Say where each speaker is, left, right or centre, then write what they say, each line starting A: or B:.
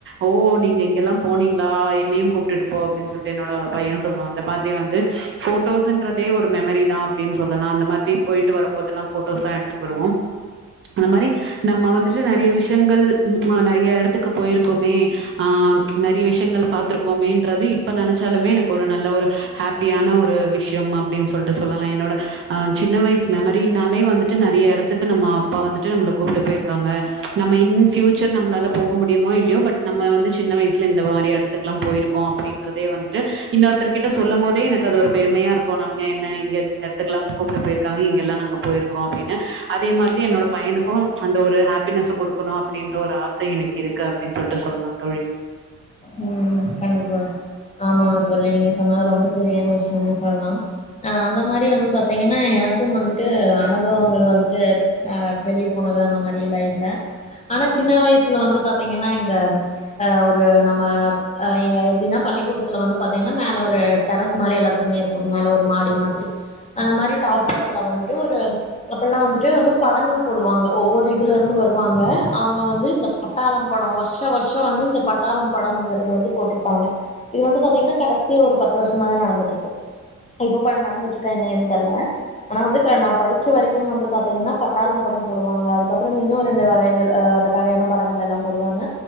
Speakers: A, on the right; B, on the left.
A: ஓ நீங்க இங்கெல்லாம் போனீங்களா என்னையு கூப்டுட்டு போ அப்டின்னு சொல்ட்டு என்னோட பைய சொல்லுவா அந்த மாதிரி வந்து ஃபோஞ்டோஸுன்றதே ஒரு மெமரி தா அப்டின்னு சொல்லலா அந்த மாத் போயிட்டு வரும்போதுல்லா ஃபோட்டோஸ்லா எடுத்துட்டு வருவோ அந்த மாரி நம்ம வந்து நறைய விஷயங்கள் ம் அ நறைய எடத்துக்கு போயிருக்கோமே ஆ நறைய விஷயங்கள் பாத்திருக்கோமேன்றது இப்ப நெனைச்சாலுமே எனக்கு ஒரு நல்ல ஒரு ஹாப்பியான ஒரு விஷயம் அப்டின்னு சொல்ட்டு சொல்லலா என்னோட அ சின்ன வயசு மெமரி நாலே வந்துட்டு நறைய எடத்துக்கு நம்ம அப்பா வந்துட்டு நம்மள கூப்ட்டு போயிருக்காங்க நம்ம இன் பியூச்சர் நம்ளால போக முடியுமோ இல்லையோ பட் நம்ம வந்து சின்ன வயசுல இந்த மாரி எடத்துக்குலா போயிருக்கோ அப்டின்றதே வந்துட்டு இன்னொருத்தர்கிட்ட சொல்லும் போதே எனக்கு அது ஒரு பெருமையா இருக்கு நாங் என்ன எந்த எடத்துக்கு எல்லா கூப்ட்டு போயிருக்காங்க இங்கெல்லா நாங்க போயிருக்கோ அப்டின்னு அதே மாதிரி என்னோட பையனுக்கு அந்த ஒரு ஹாப்பினஸ்ஸ கொடுக்கணு அப்டின்ற ஒரு ஆசை எனக்கு இருக்கு அப்டின் சொல்ட்டு சொல்லலா தோழி
B: ம் கண்டிப்பா ஆமா தோழி நீங்க சொன்ன ரொம்ப சரியான விஷயமே சொல்லலாம் ஆ அந்த மாரி வந்து பாத்தீங்கன்னா எனக்கும் வந்துட்டு அனுபவங்கள் வந்துட்டு ஆ வெளிய போனது அந்த மாதிரி எல்லாம் இல்ல ஆனா சின்ன வயசுல வந்து இந்த ஏஒரு நம் நம்ம எங்க எப்டின்னா பள்ளிக்கூடத்துல வந்து பாத்தீங்கன்னா மேல ஒரு டெரஸ் மாரி எல்லாத்துக்குமே இருக்கு மேல ஒரு மாடி மாதிரி அந்த மாரி டாப் ஃளோர்ல வந்துட்டு ஒரு அப்டிலா வந்துட்டு வந்து படங்கள் போடுவாங்க ஒவ்வொரு இதுல இருந்து வருவாங்க அவுங்க வந்து இந்த பட்டாளம் படம் வருஷா வருஷோ வந்து இந்த பட்டாளம் படம்ங்கிறது வந்து போட்டிருப்பாங்க இது வந்து பாத்தீங்கன்னா கடைசியா ஒரு பத்து வருஷமாதா நடந்துட்ருக்கு இப்பப்போ நடந்துட்டு இருக்கா என்ன ஏது தெர்ல ஆனா வந்து நா படிச்ச வரைக்கு வந்து பாத்தீங்கன்னா பட்டாளம் படம் போடுவாங்க அதுக்கப்பறோ இன்னு ரெண்டு வகைகள் ஆ இந்த வகையான படங்களெல்லா போடுவாங்க